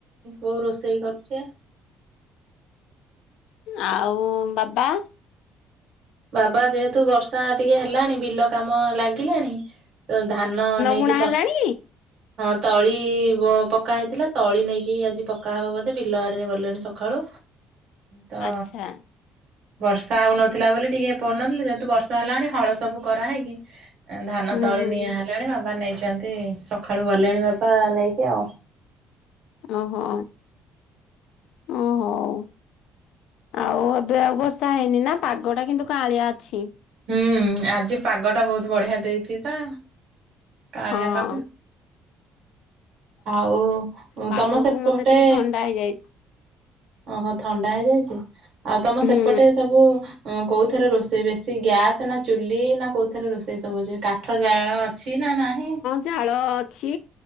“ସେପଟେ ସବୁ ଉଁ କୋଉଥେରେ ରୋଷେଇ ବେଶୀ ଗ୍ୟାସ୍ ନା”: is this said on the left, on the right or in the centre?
Right